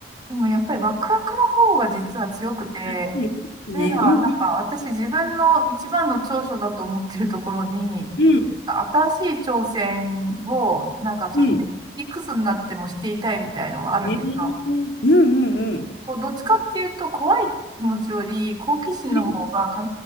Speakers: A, on the right; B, on the left.
A: でもやっぱりワクワクの方が実は強くて、
B: ね、うんいいですね、
A: というのは、
B: うん、
A: なんか私自分の一番の長所だと思ってるところに、
B: うん、うん、
A: 新しい挑戦を、なんかその、
B: うん、
A: いくつになってもしていたいみたいのがあるんですよ。
B: えーうん、うん、うん、
A: こうどっちかっていうと、怖い気持ちより好奇心の方が必
B: うん、